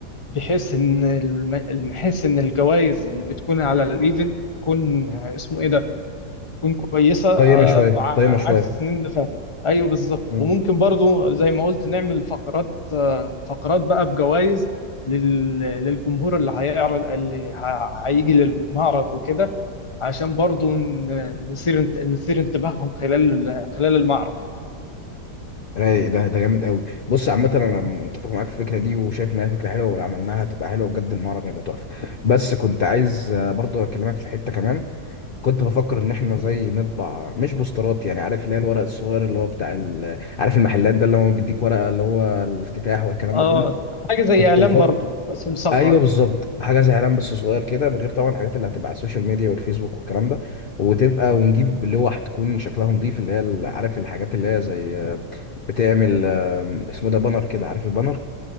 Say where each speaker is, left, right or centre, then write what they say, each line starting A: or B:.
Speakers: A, on the left; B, on the left.
A: بحيث ان الم- بحيث ان الجوائز اللي بتكون على الايفنت تكون آه، اسمه ايه ده تكون كويسه آه،
B: قيمه شويه
A: ع-
B: قيمه شويه
A: عكس السنين اللي فاتت ايوه بالظبط
B: مم.
A: وممكن برضو زي ما قلت نعمل فقرات آه، فقرات بقى بجوائز لل- للجمهور اللي هيعرض اللي ه- هيجي للمعرض وكده عشان برضو ن- نثير انت- نثير انتباههم خلال ال- خلال المعرض
B: رايق ده ده جامد قوي بص عامة انا متفق معاك في الفكرة دي وشايف انها فكرة حلوة ولو عملناها هتبقى حلوة بجد المعرض هيبقى تحفة بس كنت عايز آه، برضو اكلمك في حتة كمان كنت بفكر ان احنا زي
A: <laughs>
B: نطبع مش بوسترات يعني عارف اللي هي الورق الصغير اللي هو بتاع ال- عارف المحلات ده اللي هو بيديك ورقة اللي هو الافتتاح والكلام
A: اه
B: ده كله
A: حاجه زي
B: كنت
A: اعلان
B: بفكر
A: برضو بس مصغر
B: ايوه بالظبط حاجه زي اعلان بس صغير كده ده غير طبعا الحاجات اللي هتبقى على السوشيال ميديا والفيسبوك والكلام ده وتبقى ونجيب لوح تكون شكلها نظيف اللي هي ال- عارف الحاجات اللي هي زي آه، بتعمل آه، اسمه ده بانر كده عارف البانر